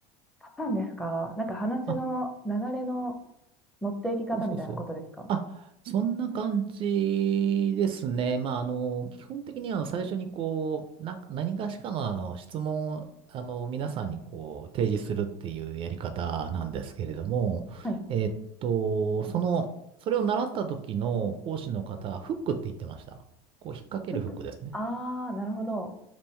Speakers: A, in the centre; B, on the right (about 40°).
A: パターンですかなんか話の流れの
B: あ、
A: 持っていき方みたいなことですか
B: そうそうそう。あ、そんな感じですね。まあ、あの、基本的にあの最初にこう、なんか何かしかのあの質問をあの皆さんにこう提示するっていうやり方なんですけれども、
A: はい。
B: えっと、その、それを習った時の講師の方、フックって言ってました。こう引っ掛けるフックですね。
A: フック。ああ、なるほど。